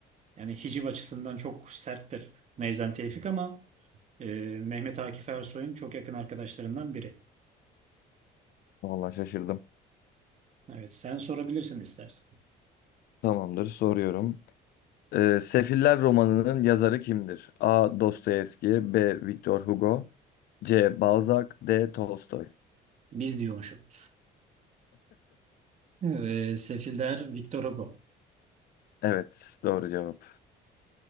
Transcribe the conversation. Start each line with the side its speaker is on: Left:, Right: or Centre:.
Right: yani hiciv açısından çok serttir Neyzen Tevfik ama e, Mehmet Akif Ersoy'un çok yakın arkadaşlarından biri.
Left: Vallahi şaşırdım.
Right: Evet, sen sorabilirsin istersen.
Left: Tamamdır soruyorum. Ee, Sefiller romanının yazarı kimdir? A. Dostoyevski, B. Victor Hugo, C. Balzac, D. Tolstoy.
Right: Biz diyormuşum. Evet, Sefiller Victor Hugo.
Left: Evet, doğru cevap.